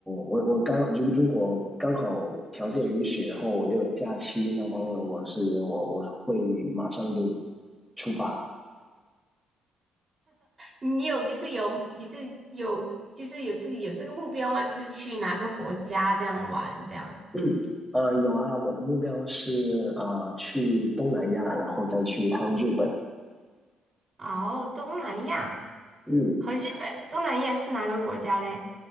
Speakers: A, in the centre; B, on the right.
A: 我我刚如如果刚好条件允许，然后我又有假期，那当然我是我我会马上就出发。
B: 你有就是有，你是有就是有自己有这个目标吗？就是去哪个国家这样玩这样？
A: 嗯，呃，有啊，我的目标是啊，呃去东南亚，然后再去一趟日本。
B: 哦，东南亚。
A: 嗯。
B: 和日本、东南亚是哪个国家嘞？